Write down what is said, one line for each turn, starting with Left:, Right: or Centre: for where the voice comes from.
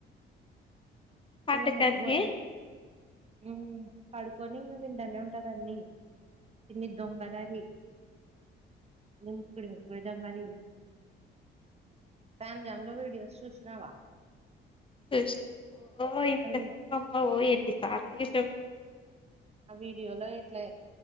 Right: నీన్న
Left: అందుకని
Right: మక్కా గారెలు ఉ పడుకోని ఇంగ కుంటనే ఉంటంది అన్ని ఇన్ని దొంగదది <unintelligible> సమ్ జామ్ లో వడియోస్ సూష్నవా
Left: సష్ ఓ ఇంతమ్మ
Right: అవి
Left: ఓ ఎన్నిసార్లు విష
Right: ఆ వీడియోలో ఇట్లా